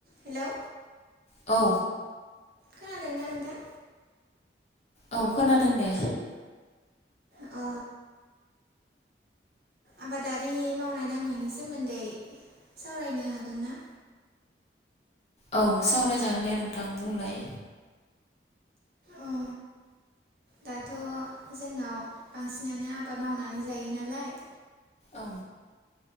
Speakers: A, on the right; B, on the left.
A: Hello
B: औ
A: खोनादोंना नोंथां?
B: औ खोनादों दे।
A: अ आबादारि मावनाय दांनायनि सोमोन्दै सावरायनो हागोन ना?
B: औ सावरायजागोन दे नोंथां बुंलाय
A: अ दाथ' जोंनाव बांसिनानो आबाद मावनानै जायो नालाय
B: औ